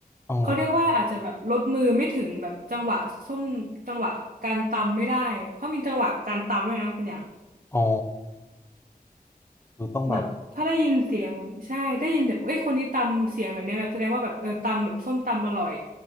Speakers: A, on the left (about 15°); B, on the right (about 60°).
A: ำอ๋อ
B: เขาเรียกว่าอาจจะแบบลดมือไม่ถึงแบบจังหวะส้มจังหวะการตำไม่ได้เขามีจังหวะการตำด้วยนะคุณอย่าง
A: อ๋อคือต้องแบบ
B: แบบถ้าได้ยินเสียงแบบใช่ได้ยินแบบเอ้ยคนนี้ตำเสียงแบบนี้แบบแสดงว่าแบบเออตำแบบส้มตำอร่อย